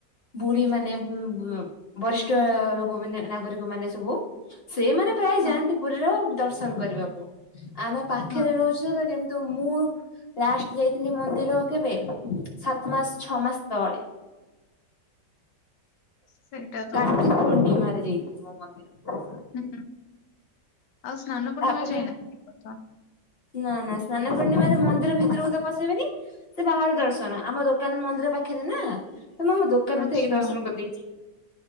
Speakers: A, on the left; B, on the left.
A: ବୁଢୀ ମାନେ, ବ -ବ-ବରିଷ୍ଠ ଲୋକ ମାନେ ନାଗରିକ ମାନେ ସବୁ ସେଇ ମାନେ ପ୍ରାୟ
B: ହଁ
A: ଯାଆନ୍ତି ପୁରୀର ଦର୍ଶନ କରିବାକୁ। ଆମେ ପାଖରେ
B: ହଁ।
A: ରହୁଚୁ ସତ କିନ୍ତୁ ମୁଁ ଲାଷ୍ଟ ଯାଇଥିଲି ମନ୍ଦିର କେବେ ସାତ ମାସ ଛଅ ମାସ ତଳେ।
B: ସେଇଟା ତ
A: ରାକ୍ଷି ପୂର୍ଣ୍ଣିମାରେ ଯାଇଥିଲି ମୁଁ ମନ୍ଦିର।
B: ହୁଁ, ଆଉ ସ୍ନାନ ପୂର୍ଣ୍ଣିମାରେ
A: ତାପରେ
B: ଯାଇନ <unintelligible>
A: ନା ନା, ସ୍ନାନ ପୂର୍ଣ୍ଣିମାରେ ମନ୍ଦିର ଭିତରକୁ ତ ପସେଇବେନି। ସେ ବାହାରେ ଦର୍ଶନ, ଆମ ଦୋକାନ ମନ୍ଦିର ପାଖରେ ନା, ତ ମୁଁ ଆମ ଦୋକାନରୁ
B: ଆଚ୍ଛା
A: ଥାଇକି ଦର୍ଶନ କରିଦେଇଚି।